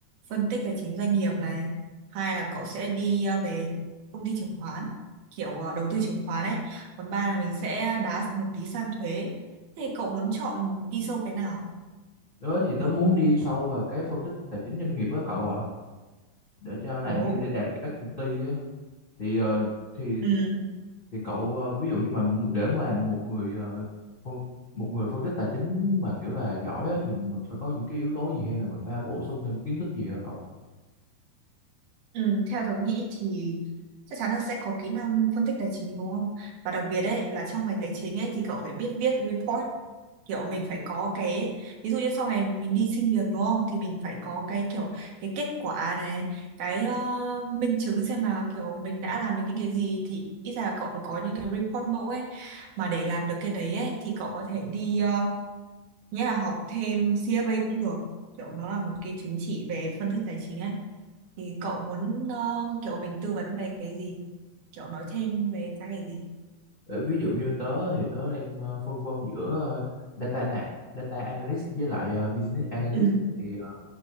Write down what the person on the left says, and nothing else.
Tớ thì tớ muốn đi sâu vào cái phân tích tài chính doanh nghiệp á cậu ạ, để cho làm
đi đi làm cho các công ty á. Thì ờ, thì
thì cậu ờ, ví dụ như mà mu- để mà làm một người ờ, phân một người phân tích tài chính mà kiểu là giỏi á, thì mình phải có những cái yếu tố gì hay là mình phải bổ sung thêm kiến thức gì hả cậu?
Ờ, ví dụ như tớ thì tớ đang ờ, phân vân giữa ờ, data na- data analyst với lại ờ, business analyst
thì ờ,